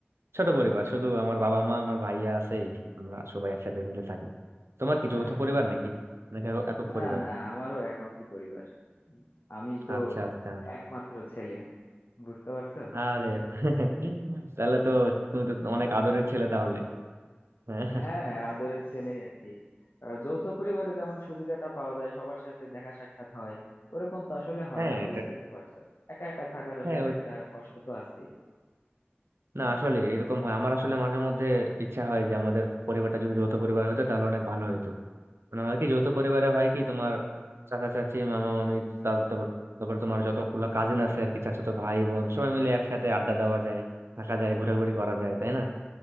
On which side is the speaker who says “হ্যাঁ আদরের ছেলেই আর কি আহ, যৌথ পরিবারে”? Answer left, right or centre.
Left